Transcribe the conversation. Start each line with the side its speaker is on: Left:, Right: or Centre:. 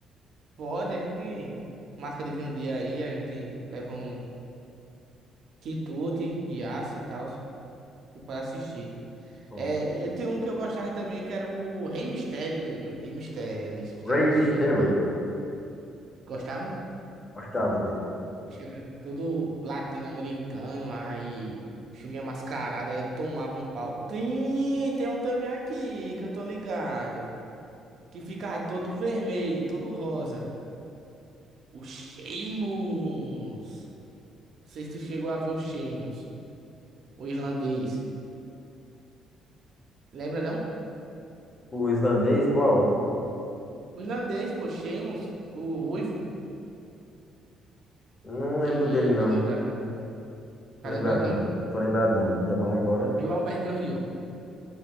Right: Pode, a gente marca de vir um dia aí, a gente leva um quitute e aço e tal. E para assistir.
Left: Pronto.
Right: É, e tem um que eu gostava também, que era o Rei Mistério, doido. Rei Mistério. Rei Mistério
Left: Rey
Right: é
Left: Mysterio.
Right: show de bola. Gostava?
Left: Gostava dele.
Right: bicho era todo latino-americano, aí o bicho vinha mascarado, aí tomava um pau. Tem, tem um também aqui que eu tô ligado, que ficava todo vermelho, todo rosa. O Sheamus. Não sei se tu chegou a ver o Sheamus, o irlandês. Lembra não?
Left: O islandês, qual?
Right: O irlandês, pô, Sheamus, o ruivo.
Left: Não lembro
Right: Ei,
Left: dele, não.
Right: tá lembrado não. Tá
Left: Tô lembrado
Right: lembrado não?
Left: não. Tô lembrado não. Ainda mais agora.
Right: E o Alberto Del Rio.